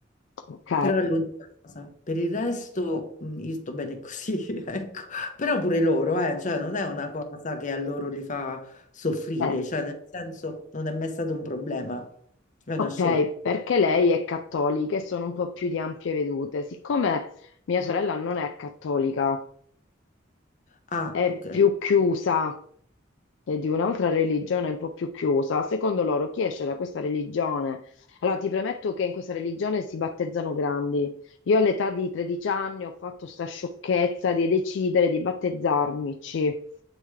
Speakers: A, on the left (about 70°); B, on the left (about 40°).
A: Ok.
B: Però è l'unica cosa. Per il resto mh, io sto bene così, <laughs> ecco. Però pure loro, eh, cioè non è una cosa che a loro li fa soffrire,
A: Eh,
B: cioè nel senso non è mai stato un problema, è una
A: Ok,
B: scelta.
A: perché lei è cattolica e sono un po' più di ampie vedute. Siccome mia sorella non è cattolica,
B: Ah,
A: è
B: ok,
A: più chiusa e di un'altra religione un po' più chiusa, secondo loro chi esce da questa religione? Allora, ti premetto che in questa religione si battezzano grandi. Io all'età di 13 anni ho fatto sta sciocchezza di decidere di battezzarmici.